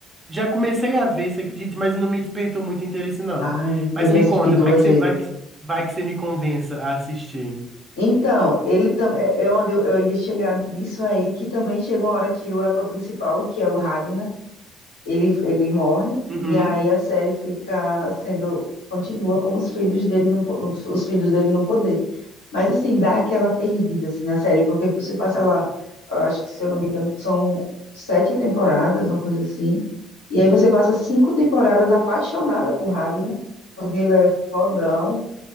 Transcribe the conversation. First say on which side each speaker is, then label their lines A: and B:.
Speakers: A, on the right; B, on the left.
A: Já comecei a ver, você acredita, mas não me despertou muito interesse, não.
B: Ai,
A: Mas
B: eu já
A: me
B: assisti
A: conta,
B: duas
A: vai que você,
B: vezes.
A: vai que, vai que você me convença a assistir.
B: Então, ele também. É é onde eu, eu ia chegar nisso aí, que também chega uma hora que o ator principal, que é o Ragnar. ele, ele morre
A: Uhum.
B: e aí a série fica sendo continua com os filhos dele no, po- no- os filhos dele no poder. Mas assim, dá aquela perdida assim na série, porque você passa lá, eu acho que se eu não me engano, são sete temporadas, uma coisa assim. E aí você passa cinco temporadas apaixonada por Ragnar, porque ele é fodão.